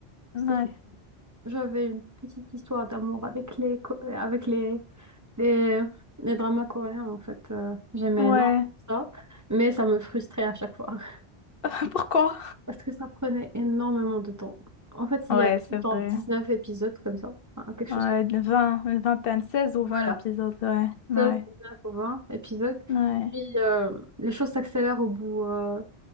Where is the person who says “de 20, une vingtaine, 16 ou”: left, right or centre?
Left